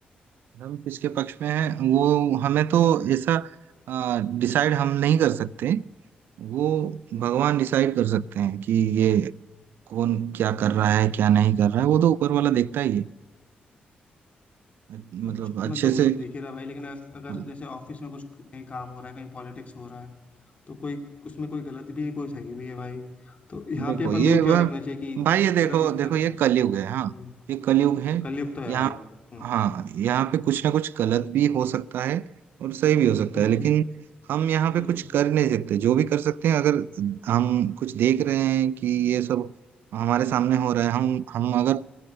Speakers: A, on the right (about 90°); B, on the left (about 40°).
A: हम किसके पक्ष में हैं वो हमें तो ऐसा डिसाइड हम नहीं कर सकते वो भगवान डिसाइड कर सकते हैं कि ये कौन क्या कर रहा है क्या नहीं कर रहा है वो तो ऊपर वाला देखता ही है
B: अच्छा,
A: मतलब
B: मतलब
A: अच्छे
B: वो
A: से
B: तो देख ही रहा है भाई लेकिन अगर अगर
A: हाँ
B: जैसे ऑफिस में कुछ कहीं काम हो रहा है कहीं पॉलिटिक्स हो रहा है तो कोई उसमें कोई गलत भी है कोई सही भी है भाई तो यहाँ
A: देखो
B: पे अपन
A: ये
B: को
A: वह
B: क्या देखना चाहिए कि
A: भाई ये देखो
B: धर्म किसकी
A: देखो
B: तरफ
A: ये
B: है हम्म
A: कलयुग है हाँ ये कलयुग है
B: कलयुग तो है
A: यहाँ
B: भाई हम्म
A: हाँ यहाँ पे कुछ ना कुछ गलत भी हो सकता है और सही भी हो सकता
B: हम्म
A: है लेकिन हम यहाँ पे
B: हम्म
A: कुछ कर नहीं सकते जो भी कर सकते हैं अगर हम कुछ देख रहे हैं कि ये सब हमारे सामने हो रहा है हम हम अगर